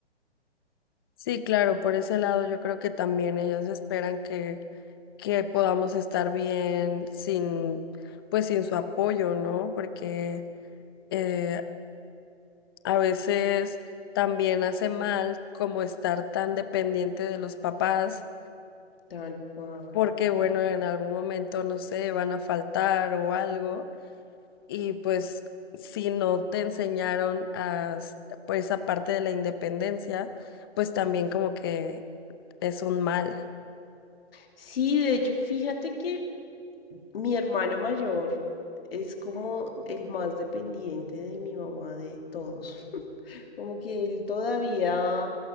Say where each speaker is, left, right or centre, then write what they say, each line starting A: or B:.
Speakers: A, on the left; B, on the left.
A: Sí, claro, por ese lado yo creo que también ellos esperan que, que podamos estar bien sin, pues sin su apoyo, ¿no? Porque eh, a veces también hace mal como estar tan dependiente de los papás,
B: Tal cual.
A: porque bueno, en algún momento, no sé, van a faltar o algo. Y pues si no te enseñaron a, s- por esa parte de la independencia, pues también como que es un mal.
B: Sí, de hecho, fíjate que mi hermano mayor es como el más dependiente de mi mamá de todos. <laughs> Como que él todavía,